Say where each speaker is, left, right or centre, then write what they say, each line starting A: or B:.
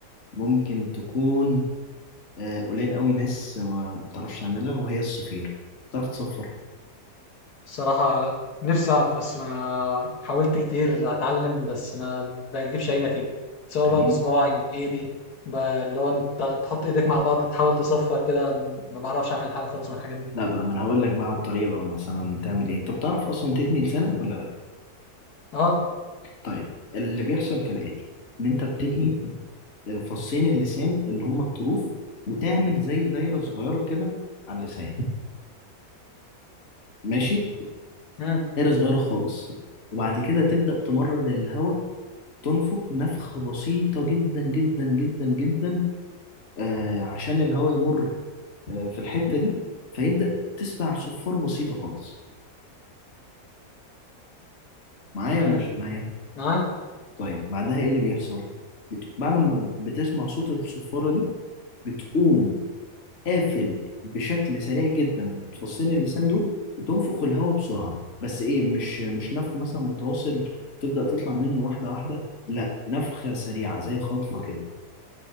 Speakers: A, on the left; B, on the left.
A: ممكن تكون آه، قليل قوي ناس ما بتعرفش تعملها وهي الصفير بتعرف تصفر
B: الصراحة لا نفسي أعرف بس ما حاولت كتير أتعلم بس ما بجيبش أي نتيجة سواء
A: خليني
B: بقى بصباعي بإيدي ب- اللي هو أنت تحط إيديك مع بعض تحاول تصفر كده ما بعرفش أعمل حاجة خالص من الحاجات دي
A: لا بقى ما انا هقول لك بقى على الطريقة بقى مثلا تعمل ايه انت بتعرف اصلا تتني لسانك ولا لا
B: أه
A: طيب اللي بيحصل كالآتي ان انت بتتني آه، فصين اللسان اللي هم الطروف وتعمل زي دايرة صغيرة كده على اللسان ماشي
B: مم.
A: دايرة صغيرة خالص وبعد كده تبدأ تمرر الهواء تنفخ نفخة بسيطة جدا جدا جدا جدا آه عشان الهواء يمر آه في الحتة دي فيبدأ تسمع صفارة بسيطة خالص معايا
B: مم.
A: ولا مش معايا؟
B: معاك
A: طيب بعدها ايه اللي بيحصل؟ بت... بعد ما بتسمع صوت الصفارة دي بتقوم قافل بشكل سريع جدا تفصين اللسان دول وتنفخ الهواء بسرعة بس ايه مش مش نفخ مثلا متواصل تبدأ تطلع منه واحدة واحدة لا نفخة سريعة زي خطفة كده